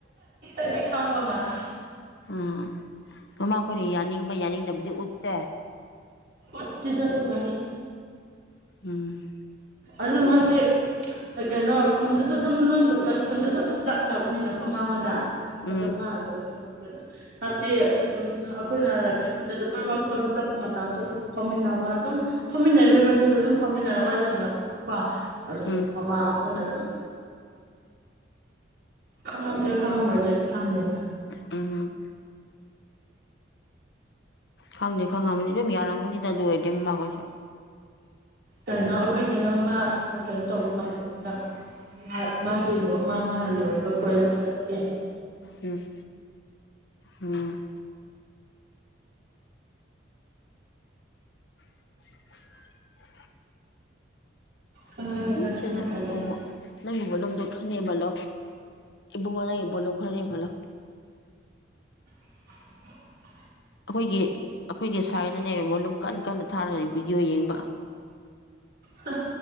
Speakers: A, on the right; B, on the left.
A: ꯑꯗꯨꯗꯤ ꯈꯪꯕ ꯃꯥꯜꯂꯦ
B: ꯎꯝ ꯃꯃꯥ ꯈꯣꯏꯅ ꯌꯥꯅꯤꯡꯕ ꯌꯥꯅꯤꯡꯗꯕꯗꯤ ꯎꯠꯇꯦ
A: ꯎꯠꯇꯦꯗ ꯑꯗꯨꯒꯣꯟꯗꯤ
B: ꯎꯝ
A: ꯑꯗꯨ ꯃꯍꯥꯛꯁꯦ ꯀꯩ ꯀꯩꯅꯣ ꯈꯨꯨꯟꯗꯁꯨ ꯑꯗꯨꯝ ꯅꯣꯏ ꯈꯨ ꯈꯨꯟꯗꯁꯨ ꯑꯗꯨꯝ ꯂꯥꯛꯅꯕꯅꯤꯅꯀꯣ ꯃꯉꯣꯟꯗ
B: ꯎꯝ
A: ꯑꯗꯨ ꯃꯥꯅꯁꯨ ꯑꯗꯨꯝ <unintelligible> ꯎꯝ ꯑꯈꯣꯏꯅ <unintelligible> ꯑꯗꯨꯝ ꯃꯔꯛ ꯃꯔꯛ ꯀꯣꯏꯕ ꯆꯠꯄ ꯃꯇꯥꯡꯁꯨ ꯑꯗꯨꯝ ꯐꯥꯎꯃꯤꯟꯅ ꯕ ꯑꯗꯨꯝ ꯐꯝꯃꯤꯟꯅꯕꯤꯅꯤꯗꯣ ꯑꯗꯨꯝ ꯐꯝꯃꯤꯟꯅꯔꯒ ꯋꯥꯔꯤ ꯁꯥꯟꯅꯕ ꯃꯄꯥ ꯑꯗꯨꯝ
B: ꯎꯝ
A: ꯃꯃꯥ ꯑꯩꯈꯣꯏꯅ ꯑꯗꯨꯝ ꯈꯪꯉꯝꯒ ꯈꯪꯉꯝꯔꯣꯏꯗ꯭ꯔꯥ ꯈꯪꯗꯦ
B: ꯎꯝ ꯈꯪꯗꯦ ꯈꯪꯉꯝꯕꯅꯤ ꯑꯗꯨꯝ ꯌꯥꯔꯝꯒꯅꯤꯗ ꯑꯗꯨ ꯑꯣꯏꯔꯗꯤ ꯃꯃꯥ ꯈꯣꯏꯁꯨ
A: ꯀꯩꯅꯣ ꯑꯩꯈꯣꯏ ꯀꯩꯅꯣꯝꯃ ꯀꯩꯅꯣ ꯇꯧꯕ ꯃꯇꯝꯅꯤꯗ ꯃꯥ ꯃꯥꯒꯤ ꯂꯣꯏ ꯃꯥ ꯃꯥꯅ ꯂꯣꯏꯔꯤꯕ ꯀꯣꯏꯂꯔꯒꯤ
B: ꯎꯝ ꯎꯝ <inaudible>
A: ꯈꯪꯉꯝꯒꯦꯔꯥ
B: <unintelligible>
A: ꯈꯪꯉꯝꯃꯣꯏꯗ꯭ꯔꯗꯤ
B: ꯅꯪꯒꯤ ꯚꯣꯂꯨꯝꯗꯣ ꯈꯟꯅꯦꯕꯂꯣ ꯏꯕꯨꯡꯉꯣ ꯅꯪꯒꯤ ꯚꯣꯂꯨꯝ ꯈꯔ ꯌꯦꯡꯍꯜꯂꯣ
A: <unintelligible>
B: ꯑꯥꯈꯣꯏꯒꯤ ꯑꯥꯈꯣꯏꯒꯤ ꯁꯥꯏꯅꯅꯦ ꯚꯣꯂꯨꯝ ꯀꯟꯅ ꯀꯟꯅ ꯊꯥꯔ ꯚꯤꯗꯤꯑꯣ ꯌꯦꯡꯕ
A: ꯍꯥ